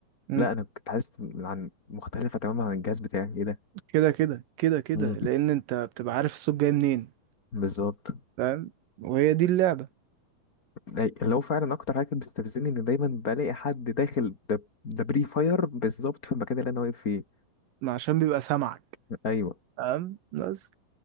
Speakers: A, on the right; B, on the left.
A: مم.
B: لا أنا كنت حاسس إن عن مختلفة تماما عن الجهاز بتاعي إيه ده
A: كده كده كده كده
B: مم.
A: لان انت بتبقى عارف الصوت جاي منين
B: بالظبط
A: فاهم وهي دي اللعبة
B: أي- اللي هو فعلا أكتر حاجة كانت بتستفزني إن دايما بلاقي حد داخل ده ده بري فاير بالظبط في المكان اللي أنا واقف فيه
A: ما عشان بيبقى سامعك
B: أيوه
A: فاهم بس